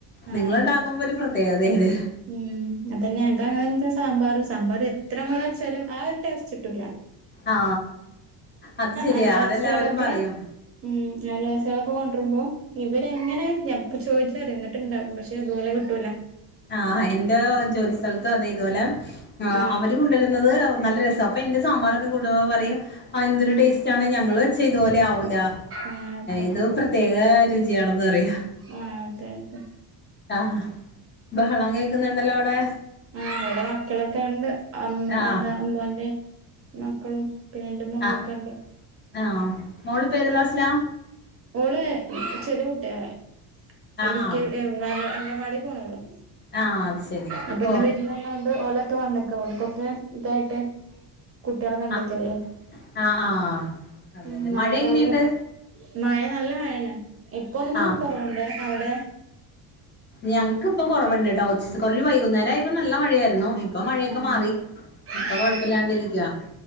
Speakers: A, on the right; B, on the left.
A: ആഹ്
B: നിങ്ങള്ണ്ടാക്കുമ്പോ
A: അതെ
B: ഒരു പ്രത്യേകതേണ്
A: ഉം അതെന്നെ ഞങ്ങക്ക് അങ്ങൻത്തെ സാമ്പാറ് സാമ്പാറ് എത്ര മ്മള് വെച്ചാലും ആ ഒരു ടേസ്റ്റ്ട്ടൂല്ല
B: ആ അത് ശെരിയാ
A: അയൽവാസികളൊക്കെ
B: അതെല്ലാവരും പറയും
A: ഉം അയൽവാസിയളൊക്കെ കൊണ്ട്ര്മ്പോ ഇവരെങ്ങനെഞ പ്പോ ചോയ്ച്ചറിയും ന്ന്ട്ട്ണ്ടാക്കും പക്ഷെ ഇതുപോലെ കിട്ടൂല
B: ആ എന്റെ ജോലിസ്ഥലത്തും അതേ തുപോലെ
A: ആഹ്
B: അവര് ണ്ടരുന്നത് നല്ല രസ അപ്പൊ എന്റെ സാമ്പാറോക്കെ കൂട്ട്മ്പോ പറയും എന്തൊരു
A: ഉം
B: ടേസ് റ്റാണ് ഞങ്ങള് വെച്ച ഇത്പോലെ ആവൂല്ല
A: ആഹ് അതെ
B: ഇത് പ്രത്യേക രുചിയാണെന്ന് പറയും
A: ആ അതെ അതെ
B: ആഹ് ബഹളം കേക്കുന്നുണ്ടല്ലോ അവിടെ
A: ആ ഇവടെ മക്കളൊക്കെണ്ട് അമ്മ
B: ആഹ്
A: എന്താ അമ്മോന്റെ മക്കളും പിന്നെ ഇന്റെ മോള്
B: ആഹ്
A: ഒക്കണ്ട്
B: ആഹ് മോളിപ്പോ ഏത് ക്ലാസ്സിലാ
A: മോള് ചെറിയ കുട്ടിയാ
B: ആഹ്
A: എൽ
B: ആഹ്
A: കെ അങ്കൻവാടി പോണൊള്ളൂ
B: ആഹ് അത് ശരി
A: അപ്പൊ
B: ഓ
A: ഇന്ന് വിരുന്ന് പന്നേണ്ട് ഓല- ഒക്കെ വന്നക്ക ഓൽക്കൊക്ക ഇതായിട്ട് കുട്ടിയളെ കണ്ടിക്കല്ലേ
B: ആഹ് ആഹ് ആഹ് അതെ
A: ഉം
B: അതെ
A: നാളെ
B: മഴ
A: രാവിലെ
B: എങ്ങനെയുണ്ട്
A: മഴ നല്ല മഴാണ് ഇപ്പൊന്നെ
B: ആഹ്
A: കൊറവുണ്ട് അവിടെ
B: ഞങ്ങക്കിപ്പൊ കൊറവുണ്ട്ട്ടോ കുറ വൈകുന്നേരം ആയപ്പൊ നല്ല മഴയായിരുന്നു ഇപ്പൊ മഴയൊക്കെ
A: ആഹ്
B: മാറി ഇപ്പൊ
A: ആഹ്
B: കൊഴപ്പില്ലാണ്ടിരിക്കുവാ
A: അതെ